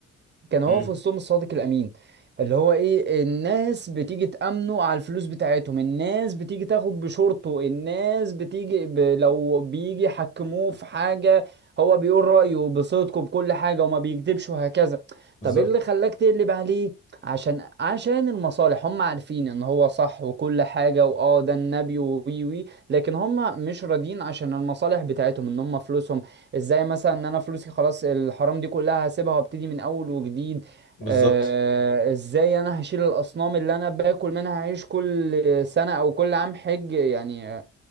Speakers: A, on the right; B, on the left.
A: كان هو
B: امم
A: في وسطهم الصادق الامين اللي هو ايه الناس بتيجي تأمنه على الفلوس بتاعتهم الناس بتيجي تاخد بشورته الناس بتيجي ب... لو بيجي يحكموه في حاجة هو بيقول رأيه بصدقه بكل حاجة وما بيكذبش وهكذا
B: بالظبط
A: طب ايه اللي خلاك تقلب عليه عشان عشان المصالح هم عارفين ان هو صح وكل حاجة واه ده النبي وي وي لكن هم مش راضيين عشان المصالح بتاعتهم ان هم فلوسهم ازاي مثلا ان انا فلوسي خلاص الحرام دي كلها هسيبها وابتدي من اول وجديد
B: بالظبط
A: آه ازاي انا هشيل الاصنام اللي انا باكل منها هعيش كل سنة او كل عام حج يعني آه،